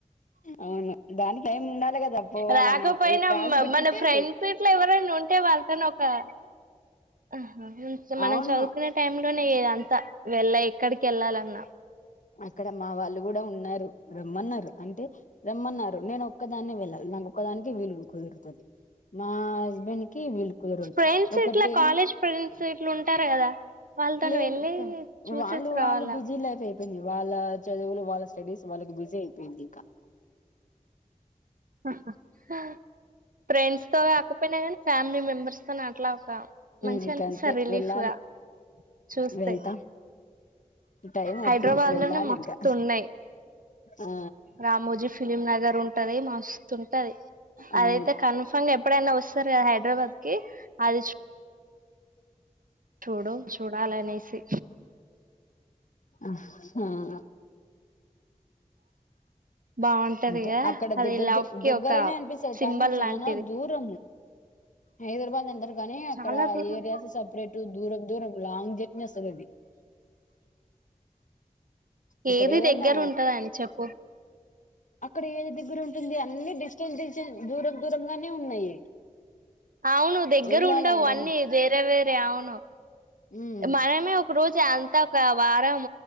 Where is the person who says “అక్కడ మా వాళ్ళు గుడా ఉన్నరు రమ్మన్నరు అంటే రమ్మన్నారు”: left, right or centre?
Left